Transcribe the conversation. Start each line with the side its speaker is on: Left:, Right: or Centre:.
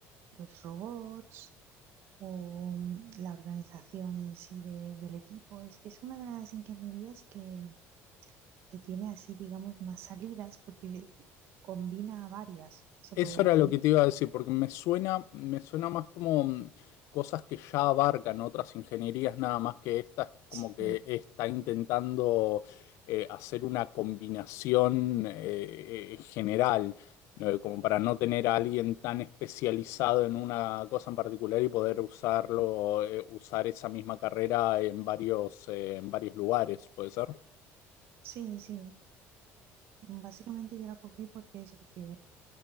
Right: los robots o mm, la organización en sí de- del equipo. Es, es una de las ingenierías que, que tiene así, digamos, más salidas porque combina varias, se
Left: Eso
Right: puede decir.
Left: era lo que te iba a decir, porque me suena, me suena más como mm, cosas que ya abarcan otras ingenierías, nada más que esta, es como
Right: Sí,
Left: que está intentando eh, hacer una combinación eh, eh, general, ¿no? como para no tener a alguien tan especializado en una cosa en particular y poder usarlo, eh, usar esa misma carrera en varios, eh, en varios lugares, ¿puede ser?
Right: sí, sí. Básicamente yo la cogí porque eso, porque